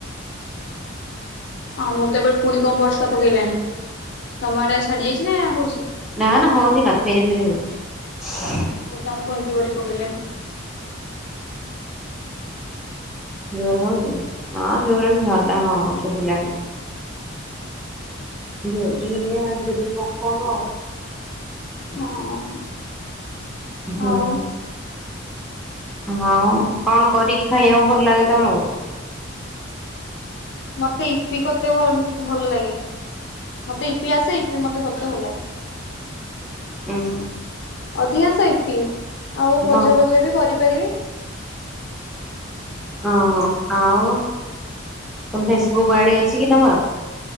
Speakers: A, on the left; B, in the centre.
A: ହଁ ମୁଁ ତ ଏବେ ପୁଣି କଣ ବର୍ଷା ପକେଇଲାଣି ତମ ଆଡ଼େ ଛାଡି ଯାଇଛି ନା ହଉଛି?
B: ନା ନା ହଉଛି ନା ଫେରି ଫେରି ହଉଛି।
A: ଏପ ତମ ଜୋରି ପକେଇଲାଣି।
B: ଜୋର ହି ହଁ ଜୋର ବି ହଲା ହଁ ଶୁଭିଲାନି। ଜୋର୍ ଟିକେ ଟିକେ ପକାଉ
A: ହଁ।
B: ହୁଁ।
A: ଆଉ
B: ହଁ କଣ କରିକି ଖାଇବାକୁ ଭଲ ଲାଗେ ତମକୁ?
A: ମତେ ଇପି କତେ ଭଲ ଲାଗେ। ମତେ ଇପି ଆସେ ଇପି ମତେ କରଦେ ଭଲଲାଗେ।
B: ଉଁ ହୁଁ।
A: ଅଧିକାଂଶ ଇପି ଆଉ ଭଜା
B: ତ
A: ଭଜା ବି କରିପାରିବି।
B: ଓହୋ ଆଉ ତମ ଫେସବୁକ୍ ଆଇଡି ଅଛି କି ତମର?